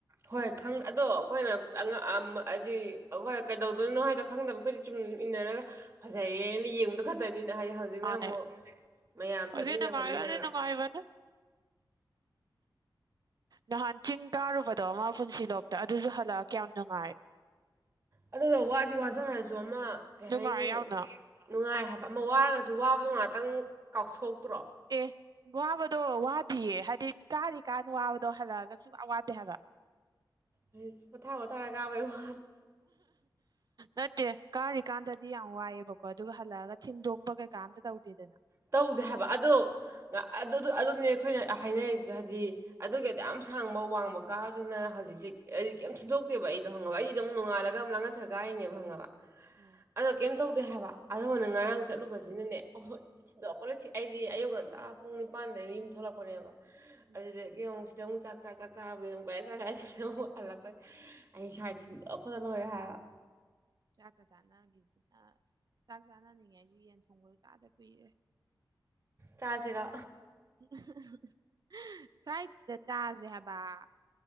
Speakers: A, on the right; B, on the right.
A: ꯍꯣꯏ ꯈꯪ ꯑꯗꯣ ꯑꯈꯣꯏꯅ ꯑꯉꯥꯡ ꯑ ꯍꯥꯏꯗꯤ ꯑꯈꯣꯏꯅ ꯀꯩꯗꯧꯗꯣꯏꯅꯣ ꯍꯥꯏꯗꯣ ꯈꯪꯗꯕ ꯑꯈꯣꯢ ꯁꯨꯨꯝ ꯏꯟꯅꯔꯒ ꯐꯖꯩꯌꯦ ꯃꯤ ꯌꯦꯡꯕꯗꯣ ꯈꯛꯇꯅꯤꯅ ꯍꯥꯏꯗꯤ ꯍꯧꯖꯤ
B: ꯃꯥꯅꯦ
A: <unintelligible> ꯑꯃꯨꯛ ꯍꯥꯢꯗꯝꯃꯌꯥꯝ
B: ꯍꯧꯖꯤꯛ
A: ꯆꯠꯃꯤꯟꯅ
B: ꯅꯨꯡꯉꯥꯏꯕꯅꯦ
A: ꯈꯣꯠꯃꯤꯟꯅ
B: ꯅꯨꯡꯉꯥꯏꯕꯅꯦ ꯅꯍꯥꯟ ꯆꯤꯡ ꯀꯥꯔꯨꯕꯗꯣ ꯃꯥ ꯄꯨꯟꯁꯤ ꯂꯣꯛꯇ ꯑꯗꯨꯁꯨ ꯍꯜꯂꯛꯑ ꯀ꯭ꯌꯥꯝ ꯅꯨꯡꯉꯥꯏ꯫
A: ꯑꯗꯨꯅ ꯋꯥꯗꯤ ꯋꯥꯖꯔꯁꯨ ꯑꯃ ꯀꯩ
B: ꯅꯨꯡꯉꯥꯏ
A: ꯍꯥꯏꯅꯤ
B: ꯌꯥꯝꯅ
A: ꯅꯨꯡꯉꯥꯏ ꯍꯥꯏꯕ ꯑꯃ ꯋꯥꯔꯒꯁꯨ ꯋꯥꯕꯗꯣ ꯉꯥꯛꯇꯪ ꯀꯥꯎꯊꯣꯛꯇ꯭ꯔꯣ
B: ꯑꯦ ꯋꯥꯕꯗꯣ ꯋꯥꯗꯤꯌꯦ ꯍꯥꯏꯗꯤ ꯀꯥꯔꯤ ꯀꯥꯟꯅ ꯋꯥꯕꯗꯣ ꯍꯜꯂꯛꯑꯒ ꯁꯨꯋꯥ ꯋꯥꯗꯦ ꯍꯥꯏꯕ
A: ꯑꯩ ꯄꯣꯊꯥ ꯄꯣꯊꯥꯔꯒ ꯀꯥꯕꯩ ꯋꯥ
B: ꯅꯠꯇꯦ ꯀꯥꯔꯤꯀꯥꯟꯗꯗꯤ ꯌꯥꯝ ꯋꯥꯏꯑꯦꯕꯀꯣ ꯑꯗꯨꯒ ꯍꯜꯂꯛꯑꯒ ꯊꯤꯟꯗꯣꯛ ꯄ ꯀꯩꯀꯥ ꯑꯝꯇ ꯇꯧꯗꯦꯗꯅ
A: ꯇꯧꯗꯦ ꯍꯥꯏꯕ ꯑꯗꯣ ꯑꯗꯣ ꯗꯣ ꯅꯦꯕ ꯑꯩꯈꯣꯏꯅ ꯍꯥꯏꯅꯔꯤꯁꯨ ꯍꯥꯏꯗꯤ ꯑꯗꯨꯒꯤ ꯑꯗꯨꯌꯥꯝ ꯁꯥꯡꯕ ꯋꯥꯡꯕ ꯀꯥꯗꯨꯅ ꯍꯧꯖꯤꯛꯁꯦ ꯍꯥꯏꯗꯤ ꯀꯩꯝ ꯊꯤꯟꯗꯣꯛꯇꯦꯕ ꯑꯩꯗꯣ ꯍꯪꯉꯕ ꯑꯩ ꯑꯃꯨꯛ ꯅꯣꯡꯉꯥꯜꯂꯒ
B: ꯎꯝ
A: ꯑꯃ ꯂꯥꯡꯉꯊꯦꯜ ꯀꯥꯏꯔꯤꯅꯦꯕ ꯍꯪꯉꯕ
B: ꯎꯝ
A: ꯑꯗꯣ ꯀꯩꯝ ꯇꯧ ꯗꯦ ꯍꯥꯕ ꯑꯗꯨꯉꯅꯦ ꯉꯔꯥꯡ ꯆꯠꯂꯨꯕꯁꯤꯅꯅꯦ ꯑꯍꯣꯏ ꯊꯤꯟꯗꯣꯛꯄꯗ ꯁꯤ ꯑꯩꯗꯤ ꯑꯌꯨꯛ ꯉꯟꯇꯥ ꯄꯨꯡ ꯅꯤꯄꯥꯟꯗꯩꯅ ꯌꯨꯝ ꯊꯣꯛꯂꯛꯄꯅꯦꯕ
B: ꯎꯝ
A: ꯑꯗꯨꯗꯒꯤ ꯑꯃꯨꯛ ꯁꯤ ꯑꯃꯨꯛ ꯆꯥꯛ ꯆꯥ ꯆꯥꯛ ꯑꯁꯤꯗ ꯑꯃꯨꯛ ꯍꯂꯛꯄꯩ ꯑꯩ ꯏꯁꯥꯁ‌ꯦ ꯊꯤꯟꯗꯣꯛꯄꯗ ꯂꯣꯏꯔꯦ ꯍꯥꯏꯕ
B: ꯆꯥꯛꯀ ꯆꯥꯅꯒꯤꯅꯤꯅ ꯆꯥꯛ ꯆꯥꯅꯅꯤꯡꯉꯦꯁꯨ ꯌꯦꯟ ꯊꯣꯡꯕꯁꯨ ꯆꯥꯗ ꯀꯨꯏꯔꯦ
A: ꯆꯥꯖꯤꯔꯣ
B: <unintelligible>